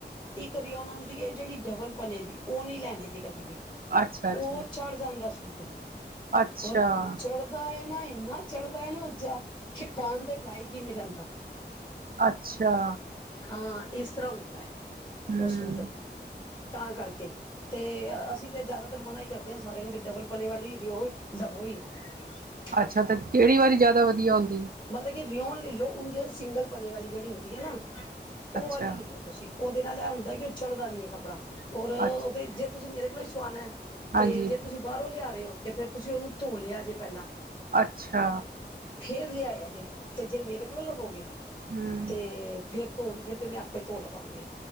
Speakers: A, on the left; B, on the right.
A: ਇੱਕ ਰਓਨ ਆਉਂਦੀ ਹੈ ਜਿਹੜੀ ਡਬਲ <unintelligible> <unintelligible> ਦੀ ਉਹ ਨੀ ਲੈਣੇ ਦੀ ਕਦੀ ਵੀ
B: ਅੱਛਾ, ਅੱਛਾ,
A: ਉਹ ਚੜ੍ਹ ਜਾਂਦਾ ਸੀ <inaudible>
B: ਅੱਛਾ,
A: ਔਰ ਚੜਦਾ ਇੰਨਾ ਚੜ੍ਹਦਾ ਹੈ ਨਾ ਉਚਾ ਕਿ ਪਾਉਣ ਦੇ ਲਾਇਕ ਹੀ ਨਹੀਂ ਰਹਿੰਦਾ
B: ਅੱਛਾ
A: ਹਾਂ ਇਸ ਤਰ੍ਹਾਂ ਹੁੰਦਾ ਹੈ
B: ਹੂੰ
A: ਉਸਨੂੰ ਤੇ ਤਾਂ ਕਰਕੇ ਤੇ ਅਸੀਂ ਤੇ ਜ਼ਿਆਦਾਤਰ ਮਨਾ ਹੀ ਕਰਦੇ ਹਾਂ ਸਾਰਿਆਂ ਨੂੰ ਡਬਲ ਪਨੇ ਵਾਲੀ ਉਹ ਦਬੋ ਹੀ ਨਾ <unintelligible>
B: ਅੱਛਾ ਤੇ ਕਿਹੜੀ ਵਾਲੀ ਜ਼ਿਆਦਾ ਵਧੀਆ ਹੁੰਦੀ
A: ਮਤਲਬ ਕਿ ਰਿਉਣ ਲੈ ਲੋ ਉਝ ਸਿੰਗਲ ਪਣੇ ਵਾਲੀ ਜਿਹੜੀ ਹੁੰਦੀ ਠੀਕ ਹੈ ਨਾ ਉਹ
B: ਅੱਛਾ,
A: ਵਾਲ ਹੀ ਲੈ ਲਓ ਤੁਸੀਂ ਉਹਦੇ ਨਾਲ ਇਹ ਹੁੰਦਾ ਕਿ <unintelligible> ਚੜਦਾ ਨੀ ਹੈ ਕੱਪੜਾ ਔਰ ਉਹ
B: ਅੱਛਾ
A: ਤੇ ਜੇ ਤੁਸੀਂ ਮੇਰੇ ਕੋਲੋਂ ਹੀ ਸਵਾਣਾ
B: ਹਾਂਜੀ
A: ਤੇ ਜੇ ਤੁਸੀਂ ਬਾਹਰੋਂ ਲਿਆ ਰਹੇ ਹੋ ਤੇ ਫੇਰ ਤੁਸੀਂ ਉਹਨੂੰ ਧੋ ਲਿਆ ਜੇ ਪਹਿਲਾਂ
B: ਅੱਛਾ
A: ਫੇ <unintelligible> ਰ ਆਏ ਜੇ ਤੇ ਜੇ ਮੇਰੇ ਕੋਲੋਂ ਲਵੋਗੇ <unintelligible>
B: ਹੂੰ
A: ਤੇ ਫਿਰ ਧੋ ਫਿਰ ਤੇ ਮੈਂ ਆਪੇ ਧੋ ਲਵਾਂਗੇ